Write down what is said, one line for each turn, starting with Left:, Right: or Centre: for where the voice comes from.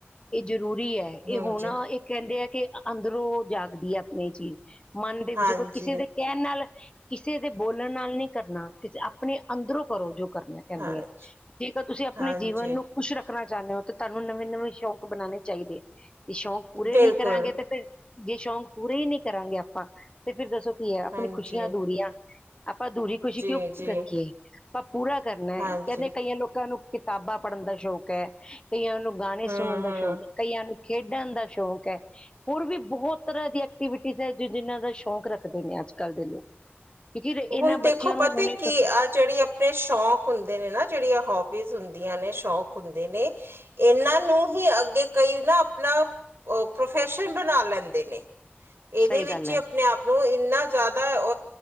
Left: ਇਹ ਜ਼ਰੂਰੀ ਹੈ। ਇਹ
Right: ਹਾਂਜੀ
Left: ਹੋਣਾ ਇਹ ਕਹਿੰਦੇ ਆ ਕਿ ਅੰਦਰੋਂ ਜਾਗਦੀ ਹੈ ਆਪਣੀ ਚੀਜ਼। ਮਨ
Right: ਹਾਂਜੀ
Left: ਜੇ ਕੋਈ ਕਿਸੇ ਦੇ ਕਹਿਣ ਨਾਲ, ਕਿਸੇ ਦੇ ਬੋਲਣ ਨਾਲ ਨਹੀਂ ਕਰਨਾ, ਆਪਣੇ ਅੰਦਰੋਂ ਕਰੋ ਜੋ ਕਰਨਾ। ਕਹਿੰਦੇ
Right: ਹਾਂਜੀ
Left: ਹੈ ਠੀਕ ਆ, ਤੁਸੀਂ ਆਪਣੇ
Right: ਹਾਂਜੀ
Left: ਜੀਵਨ ਨੂੰ ਕੁਛ ਰੱਖਣਾ ਚਾਹੁੰਦੇ ਹੋ ਤੇ ਤੁਹਾਨੂੰ ਨਵੇਂ- ਨਵੇਂ ਸੌ਼ਕ ਬਣਾਉਣੇ ਚਾਹੀਦੇ ਹੈ। ਤੇ ਸ਼ੌਕ ਪੂਰੇ
Right: ਬਿਲਕੁਲ
Left: ਨੀ ਕਰਾਂਗੇ ਤੇ, ਫੇਰ ਜੇ ਸ਼ੌਂਕ ਪੂਰੇ ਹੀ ਨਹੀਂ ਕਰਾਂਗੇ ਆਪਾਂ। ਤੇ ਫਿਰ ਦੱਸੋ ਕੀ ਹੈ ਆਪਣੀ
Right: ਹਾਂਜੀ
Left: ਖੁਸ਼ੀਆਂ ਅਧੂਰੀਆਂ, ਆਪਾਂ ਅਧੂਰੀ ਖੁਸ਼ੀ
Right: ਜੀ
Left: ਕਿਉਂ
Right: ਜੀ
Left: ਰੱਖੀਏ। ਆਪਾ ਪੂਰਾ ਕਰਨਾ ਹੈ,
Right: ਹਾਂਜੀ
Left: ਕਹਿੰਦੇ ਕਈਆਂ ਲੋਕਾਂ ਨੂੰ ਕਿਤਾਬਾਂ ਪੜ੍ਹਨ ਦਾ ਸ਼ੌਕ ਹੈ। ਕਈਆਂ ਨੂੰ ਗਾਣੇ
Right: ਹਮ
Left: ਸੁਣਨ ਦਾ
Right: ਹਮ
Left: ਸ਼ੌਕ ਹੈ। ਕਈਆਂ ਨੂੰ ਖੇਡਣ ਦਾ ਸ਼ੌਕ ਹੈ। ਹੋਰ ਵੀ ਬਹੁਤ ਤਰਾਂ ਦੀ ਐਕਟੀਵਿਟੀਜ਼ ਹੈ ਜਿਹਨਾਂ ਦਾ ਸ਼ੌਂਕ ਰੱਖਦੇ ਨੇ ਅੱਜ ਕਲ ਦੇ ਲੋਕ। ਕਿਉਂਕਿ ਇਹਨਾਂ
Right: ਹੁਣ ਦੇਖੋ
Left: ਬੱਚਿਆਂ ਨੂੰ
Right: ਪਤਾ
Left: ਹੁਣੇ
Right: ਕਿ
Left: ਤੋਂ
Right: ਆਹ ਜਿਹੜੀ ਆਪਣੇ ਸ਼ੌਂਕ ਹੁੰਦੇ ਨੇ ਨਾ ਜਿਹੜੀ ਆ ਹੋਬੀਜ਼ ਹੁੰਦੀ। ਆਂਦੀ ਨੇ ਸ਼ੌਕ ਹੁੰਦੇ ਨੇ, ਇਹਨਾਂ ਨੂੰ ਹੀ ਅੱਗੇ ਕਈ ਨਾ ਆਪਣਾ ਔ ਪ੍ਰੋਫੈਸ਼ਨ ਬਣਾ ਲੈਂਦੇ ਨੇ। ਇਹਦੇ
Left: ਸਹੀ
Right: ਵਿੱਚ
Left: ਗੱਲ
Right: ਹੀ
Left: ਹੈ
Right: ਆਪਣੇ ਆਪ ਔ ਇੰਨਾ ਜ਼ਿਆਦਾ